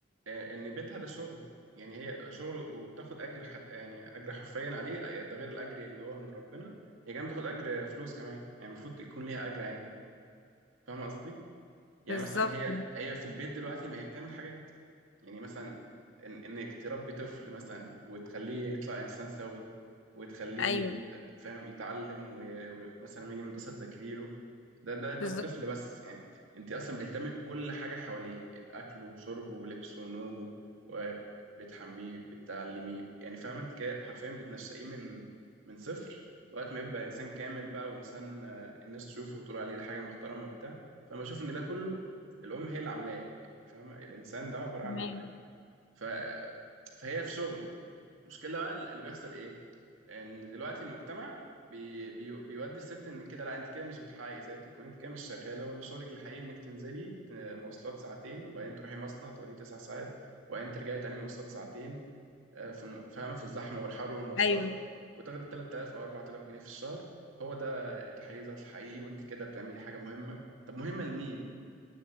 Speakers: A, on the right (about 80°); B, on the left (about 65°).
A: آه، ان بيتها ده شغل يعني هي شغل وبتاخد اجر حر... يعني اجر حرفيا عليه آه، ده غير الاجر اللي هو من ربنا هي كمان بتاخد اجر فلوس كمان يعني المفروض يكون ليها اجر عادي فاهم قصدي يعني
B: بالظبط
A: مثلا هي هي في البيت دلوقتي ما هي بتعمل حاجات يعني مثلا إن انك تربي طفل مثلا وتخليه يطلع انسان سوي وتخليه
B: ايوه
A: فاهم يتعلم و- ومثلا لما يجي من المدرسه تذاكري له ده ده ده
B: بالظبط
A: الطفل بس يعني انت اصلا بتهتمي بكل حاجه حواليه الاكل وشربه ولبسه ونومه وبتحميه بتعلميه يعني فاهمه انت كده حرفيا بتنشئيه من من صفر لغايه ما يبقى انسان كامل بقى وانسان آه، الناس تشوفه وتقول عليه ده حاجه محترمه وبتاع فبشوف ان ده كله الام هي اللي عاملاه يعني فاهمه الانسان ده عباره
B: تمام
A: عن ف... فهي في شغل المشكله بقى اللي بيحصل ايه ان دلوقتي المجتمع بي... بي... بيودي الست ان كده لا انت كده مش بتحققي ذاتك وان انت كده مش شغاله وان شغلك الحقيقي انك تنزلي ت- مواصلات ساعتين وبعدين تروحي مصنع تقعدي تسع ساعات وبعدين ترجعي تاني مواصلات ساعتين آه، في الم... فاهمه في الزحمه والحر والمواصلات
B: ايوه
A: وتاخدي 3000 او 4000 جنيه في الشهر هو ده تحقيق ذات الحقيقي وانت كده بتعملي حاجه مهمه طب مهمه لمين